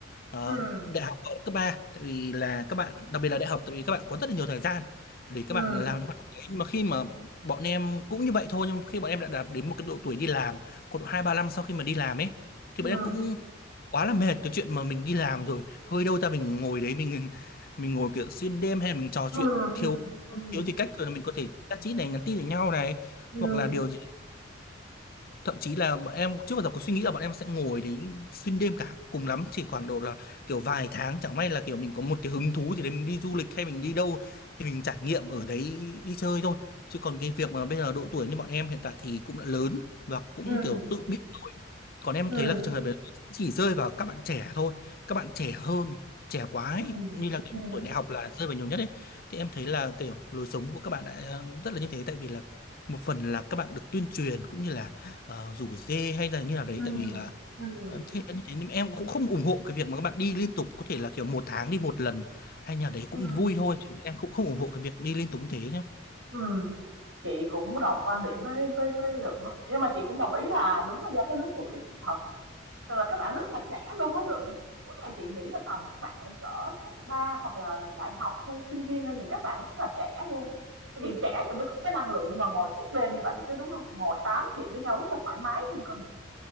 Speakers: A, on the left; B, on the right.
A: ờ,
B: ừm,
A: đại học ở cấp ba tại vì là các bạn đặc biệt là đại học tại vì các bạn có rất là nhiều thời gian để
B: ừm,
A: các bạn làm những hoạt động đấy nhưng mà khi mà bọn em cũng như vậy thôi nhưng khi bọn em đã đạt đến một cái độ tuổi đi làm khoảng độ hai ba năm sau khi mà đi làm ấy thì
B: ừm,
A: bọn em cũng quá là mệt cái chuyện mà mình đi làm rồi hơi đâu ra mình ngồi đấy mình mình ngồi kiểu xuyên đêm hay là mình trò
B: ừm,
A: chuyện
B: ừm,
A: thiếu
B: ừm,
A: thiếu thì cách rồi là mình có thể chat chít này nhắn tin với nhau này
B: ừm,
A: hoặc là điều gì thậm chí là bọn em trước bao giờ có suy nghĩ là bọn em sẽ ngồi đấy xuyên đêm cả cùng lắm chỉ khoảng độ là kiểu vài tháng chẳng may là kiểu mình có một cái hứng thú gì đấy mình đi du lịch hay mình đi đâu thì mình trải nghiệm ở đấy đi chơi thôi chứ còn cái việc mà bây giờ độ tuổi như bọn em hiện tại thì cũng đã lớn và cũng
B: ừm,
A: kiểu tự biết rồi còn em
B: ừm,
A: thấy là cái trường hợp đấy chỉ rơi vào các bạn trẻ thôi các bạn trẻ hơn trẻ quá ấy,
B: ừm, ừm,
A: như là kiểu
B: ừm,
A: tuổi đại học là rơi vào nhiều nhất ấy thì em thấy là kiểu lối sống của các bạn đã ờ, rất là như thế tại vì là một phần là các bạn được tuyên truyền cũng như là ờ, rủ dê hay là như nào đấy
B: ừm,
A: tại vì là
B: ừm,
A: em thấy là như thế nhưng em cũng không ủng hộ cái việc mà các bạn đi liên tục có thể là kiểu một tháng đi một lần hay nhà đấy cũng
B: ừm,
A: vui thôi chứ em cũng không ủng hộ cái việc đi liên tục như thế nhá
B: ừm. Chị cũng đồng quan điểm với với với Lượng á, nhưng mà chị cũng đồng ý là đúng là do cái lứa tuổi thật, tức là các bạn rất là trẻ luôn á Lượng. Chắc là chị nghĩ là tầm các bạn cỡ cấp 3 hoặc là đại học thôi, sinh viên thôi, nhìn các bạn rất là trẻ luôn. Vì trẻ thì mới có cái năng lượng mà ngồi suốt đêm như vậy chứ đúng không? Ngồi tám chuyện với nhau rất là thoải mái luôn cơ mà.